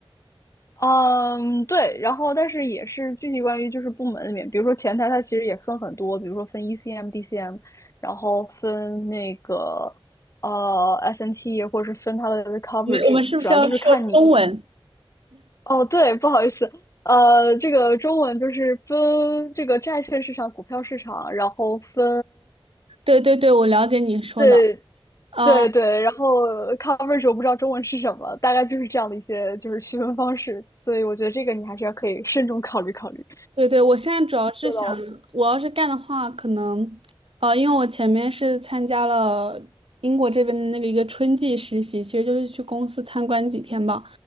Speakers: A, on the left; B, on the right.
A: 嗯，对，然后但是也是具体关于就是部门里面，比如说前台它其实也分很多，比如说分 ECM、DCM，然后分那个呃 SNT，或者是分它的 coverage，
B: 我们我们是不是要说中文？
A: 主要就是看你。哦，对，不好意思，呃，这个中文就是分这个债券市场、股票市场，然后分
B: 对对对，我了解你说的。
A: 对
B: 啊。
A: 对对，然后呃 coverage 我不知道中文是什么，大概就是这样的一些就是区分方式，所以我觉得这个你还是要可以慎重考虑考虑。
B: 对对，我现在主要是想，
A: 做到
B: 我要是干的话，可能，呃，因为我前面是参加了英国这边的那个一个春季实习，其实就是去公司参观几天吧。